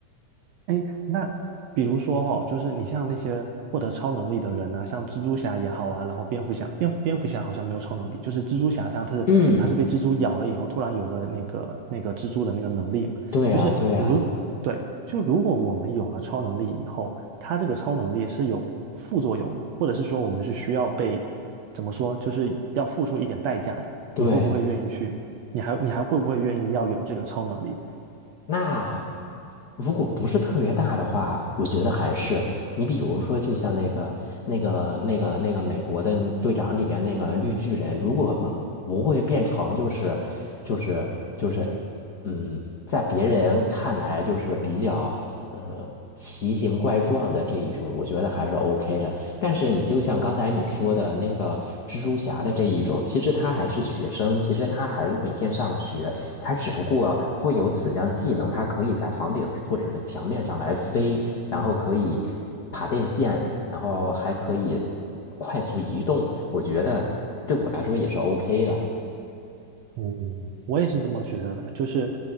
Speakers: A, on the right; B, on the left.
A: 哎，那比如说哈、就是你像那些获得超能力的人呐、像蜘蛛侠也好啊，然后蝙蝠侠，蝙蝙蝠侠好像没有超能力，就是蜘蛛侠他是他是被蜘蛛咬了以后，
B: 嗯，
A: 突然有了那个那个蜘蛛的那个能力嘛，
B: 对呀，
A: 就是如对，
B: 对呀，
A: 就如果我们有了超能力以后，他这个超能力是有副作用的，或者是说我们是需要被怎么说，就是要付出一点代价的，
B: 对。
A: 你会不会愿意去？你还你还会不会愿意要有这个超能力？
B: 那如果不是特别大的话，我觉得还是你比如说，就像那个、那个、那个、那个美国的队长里边那个绿巨人，如果不会变成就是就是就是，嗯，在别人看来就是比较呃奇形怪状的这一种，我觉得还是 OK 的。但是你就像刚才你说的那个蜘蛛侠的这一种，其实他还是学生，其实他还每天上学。它只不过会有此项技能，它可以在房顶或者是墙面上来飞，然后可以爬电线，然后还可以快速移动。我觉得对我来说也是 OK 的。
A: 嗯，我也是这么觉得的，就是